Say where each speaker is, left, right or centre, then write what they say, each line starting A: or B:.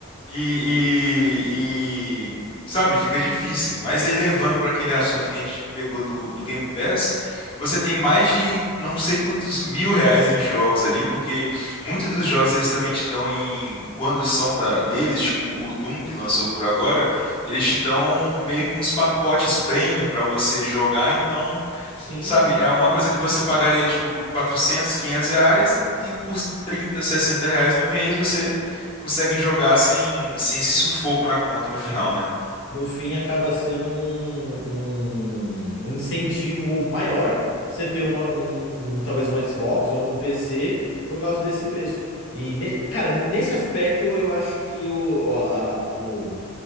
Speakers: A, on the left; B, on the left.
A: e, e- e, sabe, fica difícil.
B: Uhum.
A: Mas aí levando para aquele assunto que a gente pegou do, do Game Pass, você tem mais de não sei quantos mil reais em jogos ali, porque muitos dos jogos eles também te dão em quando são da deles, tipo o Doom que lançou por agora, eles te dão meio que uns pacotes premium para você jogar, então
B: Sim,
A: Sabe, é uma coisa que você pagaria, tipo, quatrocentos 500 reais e por trinta 60 reais no mês você consegue jogar sem, sem esse sufoco na conta no final,
B: exato.
A: né?
B: No fim, acaba sendo um, um, um incentivo maior você ter um, um, um- talvez um Xbox ou um PC por causa desse preço. E, ne- cara, nesse aspecto, eu acho que o, a, a- o,